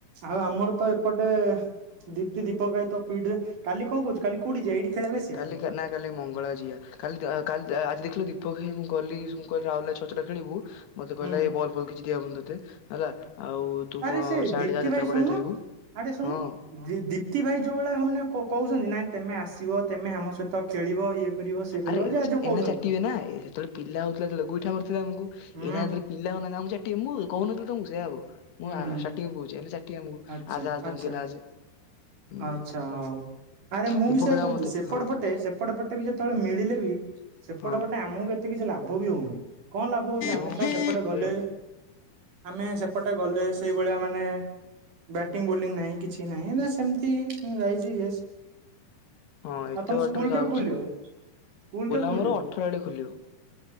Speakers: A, on the right; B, on the left.
A: ଆଉ ଆମର ତ ଏପଟେ ଦୀପ୍ତି, ଦୀପକ ଭାଇ ତ ପେଡିରେ କାଲି କଣ କହୁଛୁ କାଲି କୋଉଠି ଯିବା ଏଇଠି ଖେଳିବାକୁ ଆସିବା?
B: କାଲି ନା କାଲି ମଙ୍ଗଳା ଯିବା। କାଲି ଆ କାଲି ଆ ଆଜି ଦେଖିଲୁ ଦୀପକ ହେଇ ମୁଁ ଗଲି ମୁଁ କହିଲି ରାହୁଲ ଆଜି ଛ ଛଟା ଖେଳିବୁ। ମତେ କହିଲା
A: ହୁଁ
B: ଏଇ ବଲ୍ ଫଲ୍ କିଛି ଦିଆହବନି ତତେ ହେଲା ଆଉ ତୁ
A: ଆରେ
B: କଣ
A: ସେ
B: ସ୍ୟାଡେ
A: ଦୀପ୍ତି
B: ଯା ଯାତ୍ରା
A: ଭାଇ ଶୁଣୁନୁ
B: ପଦାରେ ଖେଳିବୁ
A: ଆଡେ ଶୁଣୁନୁ
B: ହଁ।
A: ଦୀ ଦୀପ୍ତି ଭାଇ ଯୋଉ ଭଳିଆ ମାନେ କ କହୁସନ୍ତି ନାଇଁ ତେମେ ଆସିବ ତେମେ ଆମ ସହିତ ଖେଳିବ ଇଏ କରିବ ସିଏ କରିବ
B: ଆରେ ଏ
A: ଯା ଯୋଉ
B: ଏନା
A: କହୁଛନ୍ତି।
B: ଚାଟିବେ ନା, ଏ ହେତବଳେ ପିଲା ହଉଥିଲା ଯେତେବଳେ ଗୁଇଠା ମାରୁଥିଲେ ଆମୁକୁ ଏଇନା
A: ହୁଁ
B: ଯେତେବଳେ ପିଲା ହଉନାହାନ୍ତି ଆମୁକୁ ଚାଟିବେ, ମୁଁ କହୁନଥିଲି ତମକୁ ସେୟା ହବ ମୁଁ
A: ହୁଁ
B: ଆ
A: ହୁଁ
B: ଷ୍ଟାଟିଙ୍ଗରୁ କହୁଚି ଏଇନେ ଚା ଟିଏ ଆମୁକୁ,
A: ଆଚ୍ଛା
B: ଆସେ ଆସେ
A: ଆଚ୍ଛା।
B: ଯେମିତି ହେଲେ ଆସେ। ହୁଁ
A: ଆଚ୍ଛା ହଉ ଆରେ ମୁଁ
B: ଦୀପକ
A: ବି ସେୟା
B: କହିବ
A: କହୁଚି
B: ମତେ
A: ସେପଟ
B: ହଁ
A: ପଟେ ସେ ସେପଟ ପଟେ ବି ଯେତବଳେ ମିଳିଲେ ବି ସେପଟ
B: ହଁ
A: ପଟେ ଆମୁକୁ ଏତେ କିଛି ଲାଭ ବି ହଉନି। କଣ ଲାଭ ହଉଚି ଆମେ
B: ହଁ
A: ତ ସେପଟେ ଗଲେ
B: ସେଇ ତ
A: ଆମେ ସେପଟେ ଗଲେ ସେଇଭଳିଆ ମାନେ ବ୍ୟାଟିଂ ବୋଲିଂ ନାଇଁ, କିଛି ନାଇଁ ନା ସେମତି ଯାଇଚି ଇଏସ
B: ହଁ ଏତେ
A: ଆଉ ତମ
B: ବାଟରୁ
A: ସ୍କୁଲ
B: ଯାଉଛି
A: କେବେ ଖୋଲିବ, ସ୍କୁଲ କେବେ
B: ଆମର
A: ଖୋଲିବ?
B: ଅଠର ଆଡେ ଖୋଲିବ